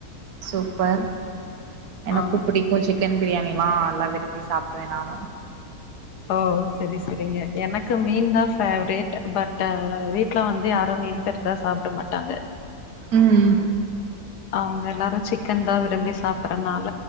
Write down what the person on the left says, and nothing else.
ஆ
ஓ செரி செரிங்க எனக்கு மீன் தான் ஃபேவரேட் பட் அ வீ ட்ல வந்து யாரும் மீன் கறிலா சாப்ட மாட்டாங்க
அவங்க எல்லாரும் சிக்கன் தா விரும்பி சாப்பறதுனால